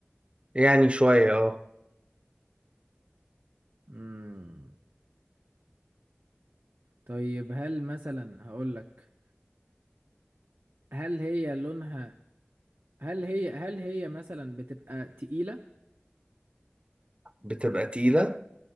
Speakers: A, on the right; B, on the right.
A: يعني شوية اه
B: مم. طيب هل مثلا هقول لك هل هي لونها هل هي هل هي مثلا بتبقى تقيلة؟
A: بتبقى تقيلة